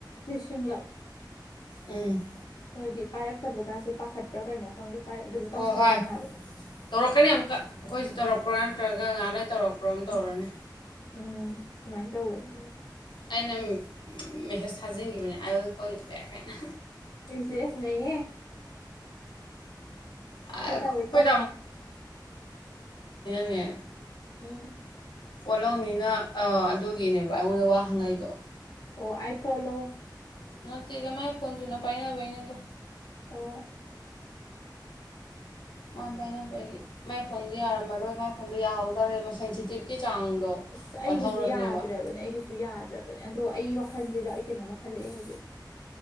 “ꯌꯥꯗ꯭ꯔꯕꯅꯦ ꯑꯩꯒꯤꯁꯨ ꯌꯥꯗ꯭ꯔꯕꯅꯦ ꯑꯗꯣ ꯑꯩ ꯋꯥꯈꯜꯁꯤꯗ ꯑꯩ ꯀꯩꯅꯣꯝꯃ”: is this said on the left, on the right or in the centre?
Left